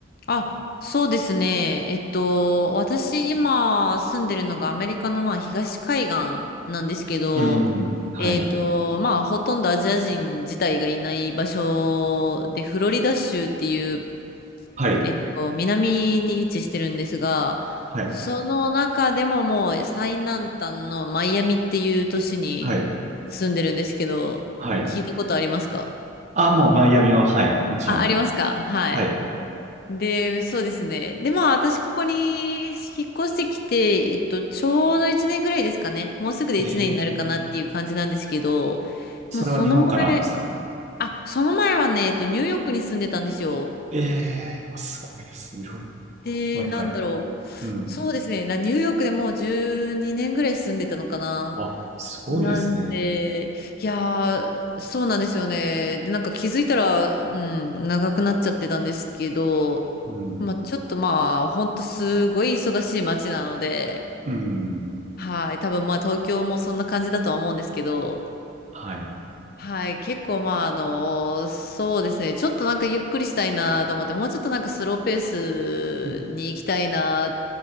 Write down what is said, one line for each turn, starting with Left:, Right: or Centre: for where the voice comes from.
Left: あ、そうですね。えっと、私今住んでるのがアメリカのまあ東海岸なんですけど、
Right: うん。はい。
Left: えっと、まあほとんどアジア人自体がいない場所で、フロリダ州っていう、
Right: はい。
Left: えっと、南に位置してるんですが、
Right: はい。
Left: その中でももう最南端のマイアミっていう都市に
Right: はい。
Left: 住んでるんですけど、
Right: はい。
Left: 聞いたことありますか
Right: あ、もうマイアミは、はい。もちろん。
Left: あ、ありますかはい。
Right: はい。
Left: で、そうですね。で、まあ、私、ここに引っ越してきて、えっと、ちょうど1年ぐらいですかね。もうすぐで1年になるかなっていう感じなんですけど、
Right: えー、それは日本からですか
Left: まあ、その前、あ、その前はね、えっと、ニューヨークに住んでたんですよ。
Right: ええー、あすごいです。いろいろ。
Left: で、
Right: はいはい。
Left: なんだろう。
Right: うん。
Left: そうですね。なニューヨークでもう12年ぐらい住んでたのかな。
Right: あ、すごいですね。
Left: なんで、いやー、そうなんですよね。で、なんか気づいたら、うん、長くなっちゃってたんですけど、
Right: うん。
Left: まあちょっとまあ、ほんとすごい忙しい街なので、
Right: うん。
Left: はい、多分まあ東京もそんな感じだとは思うんですけど、
Right: はい。
Left: はい、結構まああのそうですねちょっとなんかゆっくりしたいなと思ってもうちょっとなんかスローペースに行きたいなっ
Right: うん